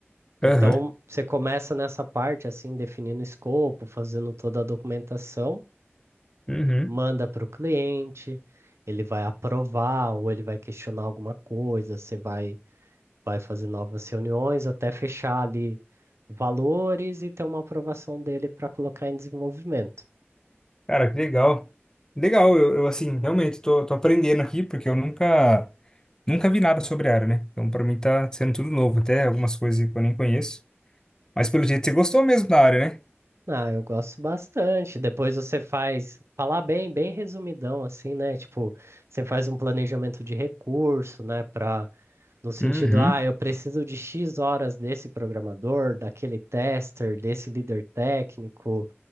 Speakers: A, on the left (about 15°); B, on the right (about 75°).
A: Aham,
B: Então, você começa nessa parte, assim, definindo o escopo, fazendo toda a documentação,
A: uhum.
B: manda para o cliente ele vai aprovar ou ele vai questionar alguma coisa, você vai vai fazer novas reuniões até fechar ali valores e ter uma aprovação dele para colocar em desenvolvimento.
A: Cara, que legal. Legal, eu, eu, assim, realmente tô, tô aprendendo aqui, porque eu nunca, nunca vi nada sobre a área, né? Então, pra mim tá sendo tudo novo, até algumas coisas que eu nem conheço. Mas pelo jeito você gostou mesmo da área, né?
B: Ah, eu gosto bastante. Depois você faz, falar bem, bem resumidão assim, né? Tipo, você faz um planejamento de recurso, né? Para no sentido,
A: Uhum.
B: ah, eu preciso de X horas desse programador, daquele tester, desse líder técnico,